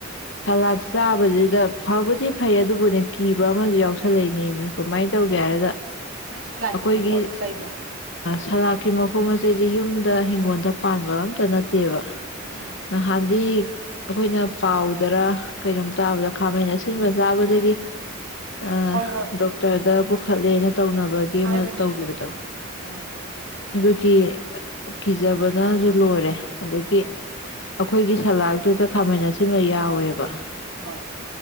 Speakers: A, on the left (about 60°); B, on the right (about 70°).
A: ꯁꯂꯥꯗ ꯆꯥꯕꯁꯤꯗ ꯐꯕꯨꯗꯤ ꯐꯩ ꯑꯗꯨꯕꯨꯅꯦ ꯀꯤꯕ ꯑꯃꯁꯨ ꯌꯥꯎꯁꯜꯂꯛꯏꯅꯦꯃꯤ ꯀꯃꯥꯏꯅ ꯇꯧꯒꯦ
B: ꯍꯣꯏꯅꯦ
A: ꯍꯥꯏꯔꯒ
B: ꯃꯥꯏ ꯁꯂꯥꯠꯀꯤ
A: ꯑꯩꯈꯣꯏꯒꯤ
B: ꯃꯄꯣꯠ ꯃꯆꯩꯗꯣ
A: ꯁꯂꯥꯀꯤ ꯃꯈꯨꯝ ꯑ ꯑꯩꯁꯦ ꯌꯨꯝꯗ ꯍꯤꯡꯒꯣꯜꯗ ꯄꯥꯟꯕ ꯑꯝꯇ ꯅꯠꯇꯦꯕ
B: ꯎꯝ
A: ꯍꯥꯟꯗꯤ ꯑꯩꯈꯣꯏꯅ ꯄꯥꯎꯗꯔ ꯀꯩꯅꯣꯝ ꯇꯥꯕꯗ ꯈꯥꯃꯩꯅ ꯑꯁꯤꯟꯕ ꯆꯥꯕꯗꯒꯤ ꯑ
B: ꯍꯣꯏ ꯍꯣꯏ
A: ꯗꯣꯛꯇꯔꯗ ꯈꯜꯂꯦꯅ ꯇꯧꯅꯕꯒꯤ
B: ꯍꯥꯏꯕꯅꯤ
A: ꯑꯃ ꯇꯧꯈꯤꯕꯗꯣ
B: ꯍꯥꯏꯕꯅꯤ ꯑꯥ
A: ꯑꯗꯨꯒꯤ ꯀꯤꯖꯕꯅꯁꯨ ꯂꯣꯏꯔꯦ ꯑꯗꯒꯤ
B: ꯎꯝ
A: ꯑꯩꯈꯣꯏꯒꯤ ꯁꯂꯥꯇꯨꯗ ꯈꯥꯃꯤꯟꯅꯁꯤ ꯁꯤꯃ ꯌꯥꯎꯋꯦꯕ
B: ꯍꯣꯢ